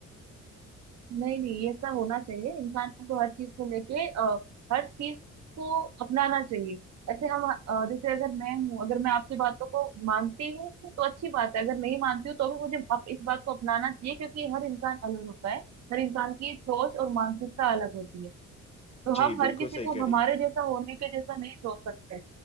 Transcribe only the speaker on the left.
जी
बिल्कुल
सही
कह
रही